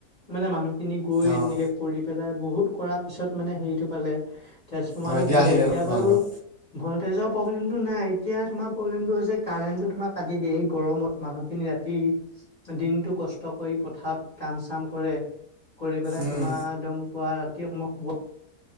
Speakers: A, on the left; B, on the right.
A: মানে মানুহ খিনি গৈ
B: অঁ
A: এনেকে। কৰি বহুত কৰাৰ পিছত মানে হেৰিটো পালে। তেজপমাৰো
B: অঁ
A: দিলে
B: আহিলে
A: এতিয়া
B: ন তোমালোকৰ
A: বাৰু ভল্টেজৰ প্ৰব্লেমটো নাই। এতিয়া তোমাৰ প্ৰব্লেমটো হৈছে কাৰেণ্টটো তোমাক কাটি দিয়ে এই গৰমত মানুহখিনি ৰাতি দিনটো কষ্ট কৰি পথাৰত কাম চাম কৰে কৰি পেলাই
B: উম
A: তোমাৰ একদম পুৱা ৰাতি শুব